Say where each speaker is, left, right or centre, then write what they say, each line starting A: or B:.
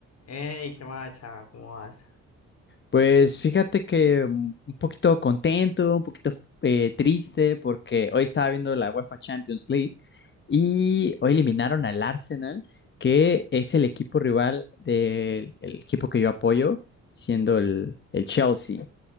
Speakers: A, on the left; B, on the left.
A: Ey, qué más, chava, ¿cómo vas?
B: Pues fíjate que mm, un poquito contento, un poquito eh, triste, porque hoy estaba viendo la UEFA Champions League y hoy eliminaron al Arsenal, que es el equipo rival del el equipo que yo apoyo, siendo el, el Chelsea.